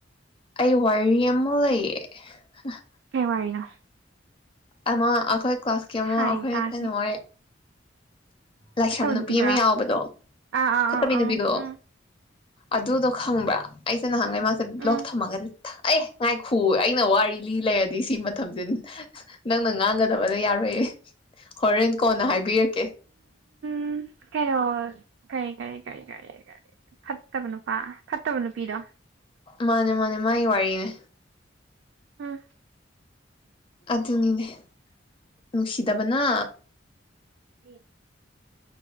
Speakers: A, on the left; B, on the right.
A: ꯑꯩ ꯋꯥꯔꯤ ꯑꯃ ꯂꯩꯌꯦ <unintelligible>
B: ꯥ <unintelligible>
A: ꯑꯃ ꯑꯈꯣꯏ ꯀ꯭ꯂꯥꯁꯀꯤ ꯑꯃ
B: ꯍꯥꯏꯌꯨ
A: ꯑꯩꯈꯣꯏ
B: ꯇꯥꯁꯦ
A: ꯊꯥꯢꯅꯋꯥꯏ ꯂꯥꯏꯁꯝ
B: ꯐꯠꯇꯕ
A: ꯅꯨꯄꯤ
B: ꯅꯨꯄꯤꯗꯨꯔꯣ
A: ꯑꯃ ꯌꯥꯎꯕꯗꯣ
B: ꯑꯥ ꯑꯥ
A: ꯐꯠꯇꯕꯤ
B: ꯑꯥ ꯑꯥ
A: ꯅꯨꯄꯤꯗꯣ
B: ꯎꯝ ꯎꯝ
A: ꯑꯗꯨꯗꯣ ꯈꯪꯕ꯭ꯔꯥ ꯑꯩ <unintelligible> ꯅꯍꯥꯟꯒꯩ ꯃꯥꯁꯦ
B: ꯎꯝ
A: ꯕ꯭ꯂꯣꯛ ꯊꯝꯃꯒꯅꯤ ꯑꯩ ꯉꯥꯏꯈꯨꯑꯣ ꯑꯩꯅ ꯋꯥꯔꯤ ꯂꯤ ꯂꯩꯔꯗꯤ ꯁꯤ ꯃꯇꯝꯖꯤ ꯅꯪꯅ ꯉꯥꯡꯒꯗꯕꯗ ꯌꯥꯔꯣꯏꯌꯦ ꯍꯣꯔꯦꯟ ꯀꯣꯟꯅ ꯍꯥꯏꯕꯤꯔꯛ ꯀꯦ꯫
B: ꯎꯝ ꯀꯩꯅꯣ ꯀꯔꯤ ꯀꯔꯤ ꯀꯔꯤ ꯀꯔꯤ ꯀꯔꯤ ꯐꯠꯇꯕ ꯅꯨꯄꯥ ꯐꯠꯇꯕ ꯅꯨꯄꯤꯗꯣ꯫
A: ꯃꯥꯅꯦ ꯃꯥꯅꯦ ꯃꯥꯢ ꯋꯥꯔꯤꯅꯦ꯫
B: ꯎꯝ
A: ꯑꯗꯨꯅꯤꯅꯦ ꯅꯨꯡꯁꯤꯗꯕꯅ꯫
B: <inaudible>